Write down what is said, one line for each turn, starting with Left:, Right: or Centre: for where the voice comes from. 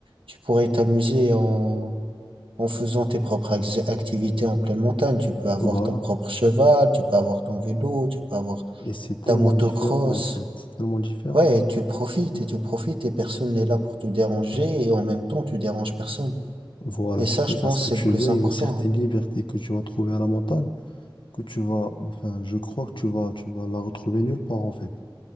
Right: tu pourrais t'amuser en, en faisant tes propres ac- activités en pleine montagne. Tu peux avoir
Left: voilà.
Right: ton propre cheval, tu peux avoir ton vélo, tu peux avoir
Left: Et c'est tellement
Right: la motocross.
Left: différent en fait. C'est tellement différent.
Right: Ouais, et tu profites, et tu profites, et personne n'est là pour te déranger, et en même temps, tu déranges personne.
Left: Voilà,
Right: Et
Left: tu
Right: ça,
Left: peux
Right: je
Left: faire
Right: pense,
Left: ce que
Right: c'est
Left: tu
Right: le plus
Left: veux.
Right: important.
Left: Il y a une certaine
Right: hein.
Left: liberté que tu vas trouver à la montagne, que tu vas, enfin, je crois que tu vas, tu vas la retrouver nulle part en fait.